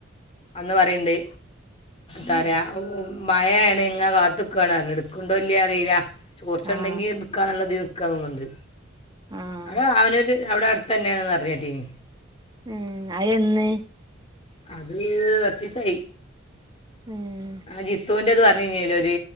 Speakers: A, on the left (about 30°); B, on the right (about 20°).
A: അന്ന് പറിം ഇണ്ട് തരാ മഴയേണ് ഇങ്ങെനെ കാത്തക്കാണ് എട്ക്കണ്ടോ ഇല്ല്യെ അറീല ചോർചെണ്ടെങ്കി
B: ആഹ്
A: എടക്കാന്ന്ള്ളതീല് നിക്ക തോന്ന്ണ്ട്
B: ആഹ്
A: അവിടെ കാവനൂര് അവ്ടെ അട്തെന്നെന്ന് പർഞ്ഞേട്ടീനി
B: ഏഹ് അയ് എന്ന്
A: അത് കൊർചീസായി
B: ഏഹ്
A: ജിത്തുന്റെ ഇത് പറഞ്ഞില്ലേയ്ന്നേ ജി